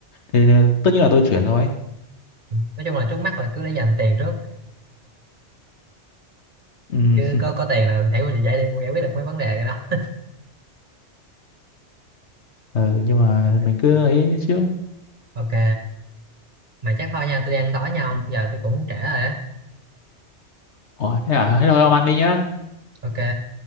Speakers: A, on the left (about 70°); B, on the right (about 45°).
A: thì tất nhiên là tôi chuyển rồi
B: nói chung là trước mắt rồi cứ để dành tiền trước
A: ừ,
B: cứ có có tiền là thấy giải đi giải quyết được mấy vấn đề rồi đó
A: ừ nhưng mà
B: ok
A: mình cứ ấy trước
B: ok. mà chắc thôi nha tôi đang đói nhau
A: ừ.
B: giờ tôi cũng trễ rồi á
A: Ủa, thế à? Thế thôi ông ăn đi nhá.
B: ok